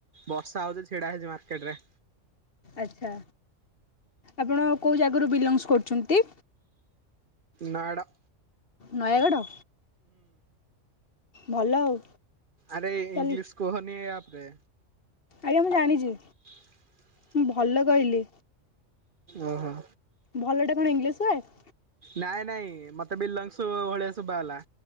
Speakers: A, on the right (about 45°); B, on the left (about 45°).
A: ବର୍ଷା ହଉଛି ଛିଡା ମାର୍କେଟରେ
B: ଆଛା ଆପଣ କୋଉ ଜାଗାରୁ ବିଲଂସ କରୁଛନ୍ତି?
A: ନୟାଗଡ଼।
B: ନୟାଗଡ଼? ଭଲ ଆଉ।
A: ଆରେ
B: ତାହେଲେ
A: ଇଂଲିଶ କୁହନି ଏଇ ଆପରେ।
B: ଆଜ୍ଞା ମୁଁ ଜାଣିଛି।
A: <inaudible>
B: ମୁଁ ଭଲ କହିଲି।
A: ଓ ହୋ।
B: ଭଲଟା କଣ ଇଂଲିଶ ୱାର୍ଡ?
A: ନାଇଁ ନାଇଁ ମତେ ବ ବିଲଙ୍ଗସ ଭଳିଆ ଶୁଭା ଗଲା।